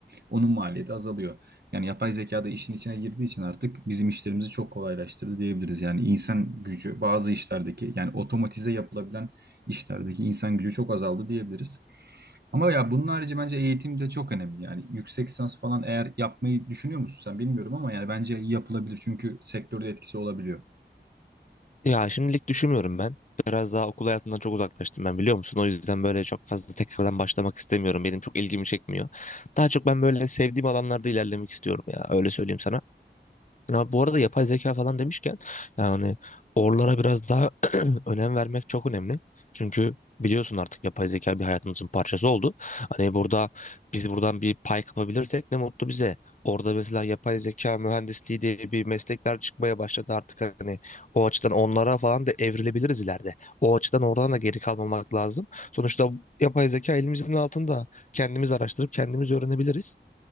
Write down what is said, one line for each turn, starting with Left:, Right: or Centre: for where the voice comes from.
Right: onun maliyeti azalıyor. Yani yapay zeka da işin içine girdiği için artık bizim işlerimizi çok kolaylaştırdı diyebiliriz. Yani insan gücü bazı işlerdeki yani otomatize yapılabilen işlerdeki insan gücü çok azaldı diyebiliriz. Ama ya bunun harici bence eğitim de çok önemli. Yani yüksek lisans falan eğer yapmayı düşünüyor musun sen bilmiyorum ama yani bence yapılabilir çünkü sektörde etkisi olabiliyor.
Left: Ya şimdilik düşünmüyorum ben. Biraz daha okul hayatından çok uzaklaştım ben biliyor musun? O yüzden böyle çok fazla tekrardan başlamak istemiyorum. Benim çok ilgimi çekmiyor. Daha çok ben böyle sevdiğim alanlarda ilerlemek istiyorum ya. Öyle söyleyeyim sana. Ya bu arada yapay zeka falan demişken yani oralara biraz daha <clears throat> önem vermek çok önemli. Çünkü biliyorsun artık yapay zeka bir hayatımızın parçası oldu. Hani burada biz buradan bir pay kapabilirsek ne mutlu bize. Orada mesela yapay zeka mühendisliği diye bir meslekler çıkmaya başladı artık hani o açıdan onlara falan da evrilebiliriz ileride. O açıdan oradan da geri kalmamak lazım. Sonuçta yapay zeka elimizin altında kendimiz araştırıp kendimiz öğrenebiliriz.